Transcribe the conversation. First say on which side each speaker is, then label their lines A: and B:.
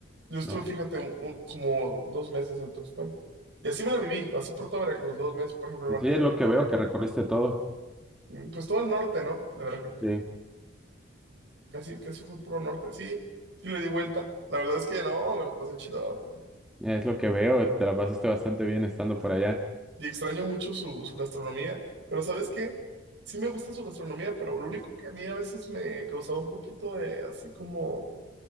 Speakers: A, on the right (about 65°); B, in the centre.
A: Yo estuve,
B: No.
A: fíjate, un- un- como dos meses en Tuxpan. Y así me la viví, así por toda Veracruz, dos meses, por ejemplo, el Martínez
B: Sí, es lo
A: de la
B: que
A: Torre,
B: veo, que recorriste todo.
A: mm, pues todo el norte, ¿no? De Veracruz.
B: Sí.
A: Casi, casi fue el puro norte. Sí, sí le di vuelta. La verdad es que no, me la pasé chido.
B: Es lo que veo, te la pasaste bastante bien estando por allá.
A: y extraño mucho su, su gastronomía, pero ¿sabes qué? Sí me gusta su gastronomía, pero lo único que a mí a veces me causaba un poquito de así como,